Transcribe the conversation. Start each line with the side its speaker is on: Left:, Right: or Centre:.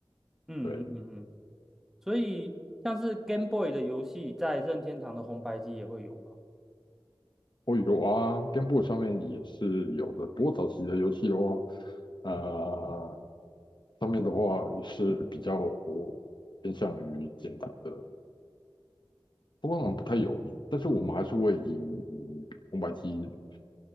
Centre: 嗯嗯嗯，
Left: 对。
Centre: 嗯，所以像是 Game Boy 的游戏，在任天堂的红白机也会有嘛？
Left: 哦，有啊 g a 上面也是有的，不过早期的游戏的话，呃，上面的话也是比较我偏向于简单的，不过好像不太有名，但是我们还是会以以红白机